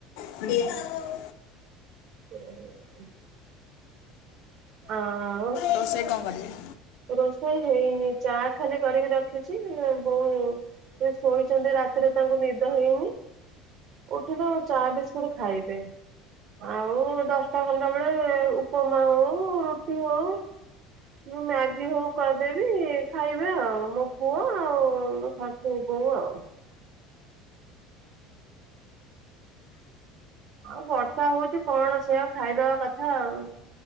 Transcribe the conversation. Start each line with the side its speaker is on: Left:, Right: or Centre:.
Left: ବ <inaudible>
Right: ହଁ <inaudible> ହଁ। ଆଉ,
Left: ରୋଷେଇ କଣ କରିବେ।
Right: ରୋଷେଇ ହେଇନି ଚା ଖାଲି କରିକି ରଖିଛି ବୋଉ ସେ ଶୋଇଛନ୍ତି ରାତିରେ ତାଙ୍କୁ ନିଦ ହେଇନି। ଉଠିଲୁ ଚା ବିସ୍କୁିଟ ଖାଇବେ। ଆଉ ଦଶଟା ଖଣ୍ଡ ବେଳେ ଉପମା ହଉ ରୁଟି ହଉ କି ମ୍ୟାଆ ଗୀ ହଉ କରିଦେବି ଖାଇବେ ଆଉ ମୋ ପୁଅ ଆଉ ମୋ ଶାଶୁ ବୋଉ ଆଉ। ଆଉ ବର୍ଷା ହଉଛି କଣ ସେ ଆଉ ଖାଇବା କଥା ଆଉ।